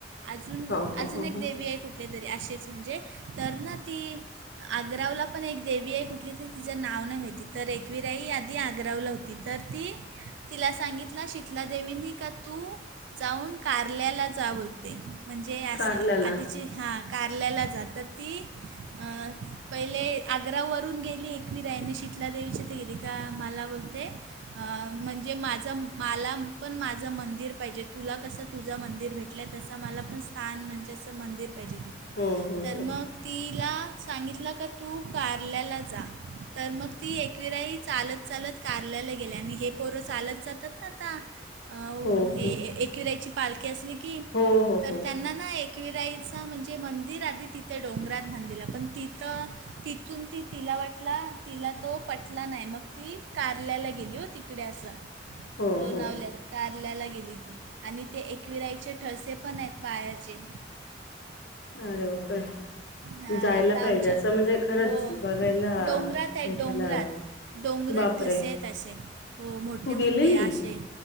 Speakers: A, on the right (about 70°); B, on the left (about 65°).
A: अजून
B: हो हो
A: अजून
B: हो
A: एक
B: हो
A: देवी आहे कुठली तरी अशीच म्हणजे तर ना ती आग्रवला पण एक देवी आहे कुठली तरी तिचं नाव नाही माहिती तर एकविरा आई आधी आग्रवला हो ती तर ती तिला सांगितला शीतला देवीनी का तू जाऊन कारल्याला जा बोलते. म्हणजे असं
B: कारल्याला
A: आधीचे हा कारल्याला जा तर ती अ पहिले आग्रावरून गेली एकवीरा आईने शित तला देवीची ते गेली का मला बोलते अ म्हणजे माझं मला पण माझं मंदिर पाहिजे तुला कसं तुझं मंदिर भेट ला तसं मला पण स्थान म्हणजे असं मंदिर पाहिजे तिथं
B: हो हो
A: तर
B: हो
A: मग तिला सांगितलं का तू कारल्याला जा. तर मग ती एकविरा आई चालत चालत कारल्याला गेली आणि हे पोरं चालत जातात ना आता. आऊ
B: हो
A: एकविरा
B: हो
A: आईची पालखी असली की
B: हो
A: तर
B: हो हो
A: त्यांना ना ए कविरा आईचा म्हणजे मंदिर आधी तिथं डोंगरात बांधलेला पण तिथं तिथून ती तिला वाटला तिला तो पटला नाही मग ती कारल्याला गेली होती तिकडे असं
B: हो
A: लोनावल्यात.
B: हो
A: कारल्याला गेली ती आणि ते एकविरा आईचे ठळसे पण आहेत पायाचे.
B: अरे वाह काय
A: हां
B: जायला
A: आता
B: पाहिजे
A: आमच्या
B: असं म्हणजे खरंच
A: हो
B: बघायला
A: डोंगरात आहेत
B: त्याला
A: डोंगरात डोंगरात
B: बापरे
A: ठस्से आहेत हो मोठे
B: तू गेलेली
A: मोठे अशे.